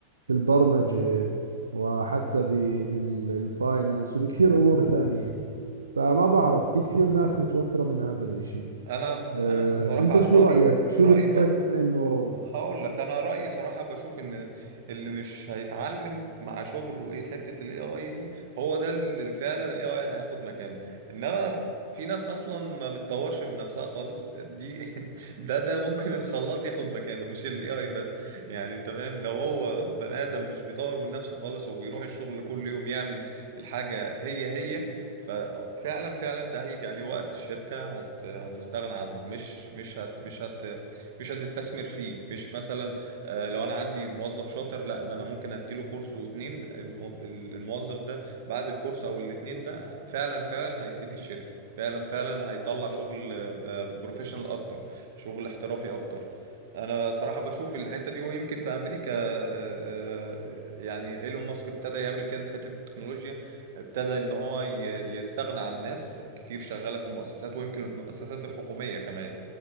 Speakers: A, on the right; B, on the right.
A: في البرمجة وحتى بالفاينانس وبكثير امور ثانية فما بعرف في كثير ناس متوترة من هذا الاشي
B: انا
A: آه
B: انا صراحة
A: انت شو
B: رأيي
A: رأيك شو
B: رأيي
A: بتحس
B: ب...
A: انه
B: هقول لك انا رايي صراحه بشوف ان اللي مش هيتعلم مع شغله ايه حته الاي اي دي هو ده اللي فعلا الاي اي هياخد مكانه انما في ناس اصلا ما بتطورش من نفسها خالص دي <laughs> ده ده ممكن الخلاط ياخد مكانه مش الاي اي بس يعني انت فاهم لو هو بني ادم مش بيطور من نفسه خالص وبيروح الشغل كل يوم يعمل الحاجه هي هي ففعلا فعلا ده هيجي عليه وقت الشركه هت هتستغنى عنه مش مش هت مش هت مش هتستثمر فيه مش مثلا آه، لو انا عندي موظف شاطر لا ده انا ممكن اديله كورس واتنين الم- الموظف ده بعد الكورس او الاتنين ده فعلا فعلا هيفيد الشركة فعلا فعلا هيطلع شغل بروفيشنال اكتر شغل احترافي اكتر انا صراحة بشوف الحتة دي ويمكن في امريكا آه، آه، يعني ايلون ماسك ابتدى يعمل كده في حتة التكنولوجيا ابتدى ان هو ي- يستغنى عن ناس كتير شغالة في المؤسسات ويمكن المؤسسات الحكومية كمان